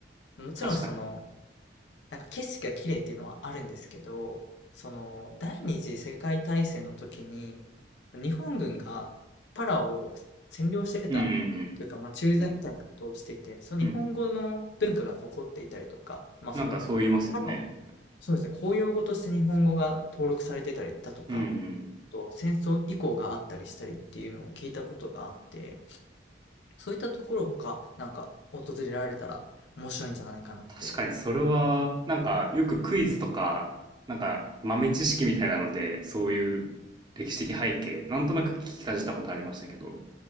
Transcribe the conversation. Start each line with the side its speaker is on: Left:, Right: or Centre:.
Left: もちろんその、
Right: 確かに。
Left: なんか景色が綺麗っていうのはあるんですけど、その第二次世界大戦の時に日本軍がパラオを占領してたというか、
Right: うんうん
Left: まあ、駐在みたいなことをしていて、その日本語の文化が残っていたりとか、
Right: うん。うん。
Left: まあ、
Right: なんかそう言いますよね。
Left: そのパラオ、そうですね、公用語として日本語が登録されてたりだとか、
Right: うんうん。
Left: あと戦争以降があったりしたりっていうのを聞いたことがあって、そういったところがなんか訪れられたら面白いんじゃないかなって。
Right: 確かにそれは、なんかよくクイズとか、なんか豆知識みたいなので、そういう歴史的背景、なんとなく聞きかじったことありましたけど、